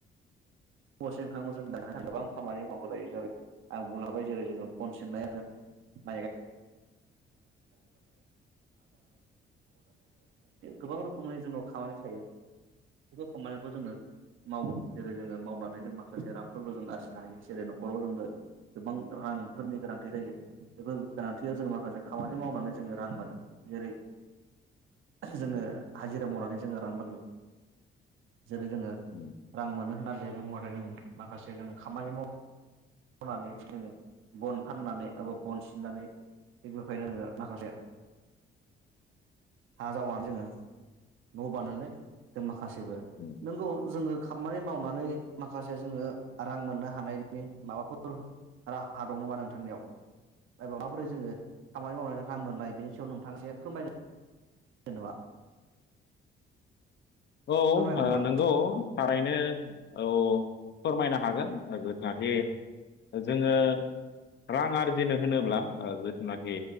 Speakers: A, on the right; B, on the left.
A: <unintelligible> आं बुंलांबाय जेरै जोङो बन सिननाय होन <unintelligible> गोबां रोखोमनि जोंनाव खामानि थायो बेफोर खामानिखौ जोङो मावो जेरै जोङो माव मावनानै जों माखासे रांफोरबो जों आरजिनो हायो जेरै न'खराव जोंबो गोबां रांफोरनि गोनांथि जायो बेफोर गोनांथियाव जों माखासे खामानि
B: उम
A: मावनानै जोङो रां मोनो जेरै जोङो हाजिरा मावनानै जोङो रां मोनो जेरै जोङो
B: उम
A: रां मोनो होननानै बुङोबाथाय जों माखासे जोङो खामानि माव नानै जोङो बन फाननानै एबा बन सिननानै थिग बेखायनो नोङो माखासे हा जावनानै जोङो न' बानायनानै जों माखासे जेबो
B: उम
A: नोंगौ जोङो खामानि मावनानै माखासे जोङो रां मोननो हानायनि माबाफोर राहा दं नामा नोंथांनियाव बा माबाफोरो जोङो खामानि मावल रां मोननाय बेनि सायाव नोंथाङा एसे फोरमायनो <unintelligible>
B: औ
A: फोरमायगौ नामा
B: नोंगौ थारैनो औ फोरमायनो हागोन। माबे जोङो रां आरजिनो होनोब्ला जिथुनाखि